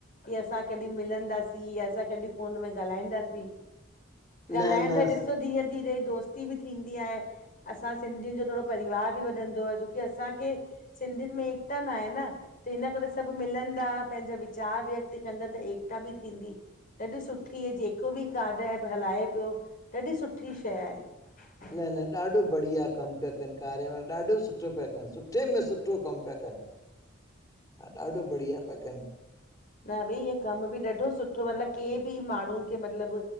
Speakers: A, on the left; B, on the left.
A: की असां कॾीं मिलन दासीं या असां कॾीं फ़ोन में ॻालाईं दासीं।
B: न
A: ॻाल्हाइण
B: न
A: त ॾिसो धीरे धीरे ई दोस्त <unintelligible> बी थींदी आहे असां सिंधिन जो थोडो परिवार बी वधंदो आहे। छोकी असांखे सिंधिन में एकता नाए न। त हिन करे सभ मिलंदा पंहिंजा विचार व्यक्त कंदा त एकता बी थींदी। ॾाढी सुठी हे जेको बि कार्य एप हलाए पयो ॾाढी सुठी शय आहे।
B: न न ॾाढो बढ़िया कम पया कन कार्य वारा ॾाढो सुठो पया कन सुठे में सुठो कम पया कन।
A: <inaudible>
B: हा ॾाढो बढ़िया पया कन
A: न भई इह कम बी ॾाढो सुठो आ। मतलब केंह बी माण्डू खे मतलब